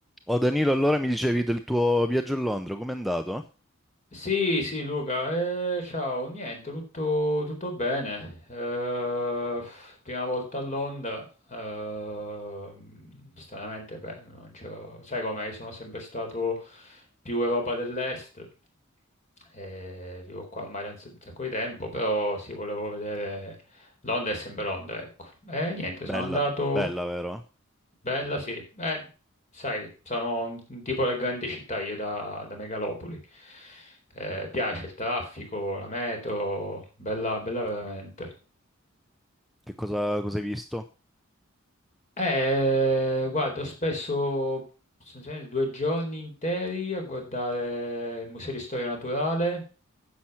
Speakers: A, in the centre; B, on the left.
A: Oh Danilo, allora mi dicevi del tuo viaggio a Londra, com'è andato?
B: Sì, sì, Luca, eh, ciao, niente, tutto, tutto bene. Eh, prima volta a Londra, eh, stranamente, beh, non c'ho- sai com'è, io sono sempre stato più Europa dell'Est, eh, vivo qua a Mare da un sacco di tempo, però sì, volevo vedere Londra è sempre Londra, ecco. E niente,
A: Bella,
B: sono andato
A: bella, vero?
B: Bella sì, eh, sai, sono un un tipo da grande città, io da, da megalopoli. Eh, piace il traffico, la metro, bella, bella veramente.
A: Che cosa, cosa hai visto?
B: Eh, guardo spesso, sostanzialmente due giorni interi a guardare il Museo di Storia Naturale